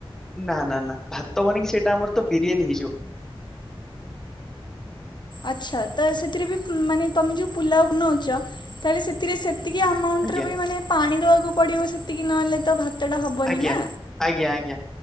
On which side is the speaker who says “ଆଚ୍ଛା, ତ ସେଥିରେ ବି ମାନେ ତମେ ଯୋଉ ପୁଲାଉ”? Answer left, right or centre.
Left